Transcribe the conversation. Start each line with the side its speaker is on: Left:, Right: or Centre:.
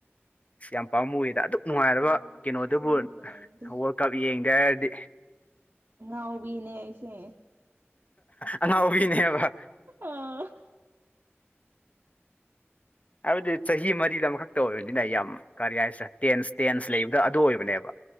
Left: ꯢꯁ ꯌꯥꯝ ꯄꯥꯝꯃꯨꯌꯦꯗ ꯑꯗꯨꯛ ꯅꯨꯡꯉꯥꯏꯔꯕ
Right: ꯑꯩꯗꯤ
Left: ꯀꯩꯅꯣꯗꯨꯕꯨ
Right: ꯑꯁꯦꯡꯕꯒꯤ ꯌꯦꯡꯗꯦ
Left: ꯋꯥꯔꯜ ꯀꯞ ꯌꯦꯡꯗꯦ ꯍꯥꯏꯔꯗꯤ
Right: ꯉꯅꯥꯎꯕꯤꯅꯦ ꯑꯩꯁꯦ
Left: ꯑꯉꯥꯎꯕꯤꯅꯦꯕ
Right: ꯑꯥ
Left: ꯍꯥꯏꯕꯗꯤ ꯆꯍꯤ ꯃꯔꯤꯗ ꯑꯃꯈꯛꯇ ꯑꯣꯏꯕꯅꯤꯅ ꯌꯥꯝ ꯀꯥꯔꯤꯍꯥꯏꯁꯤꯔꯥ ꯇꯦꯟꯁ ꯇꯦꯟꯁ ꯂꯩꯕꯗ ꯑꯗꯨ ꯑꯣꯏꯕꯅꯦꯕ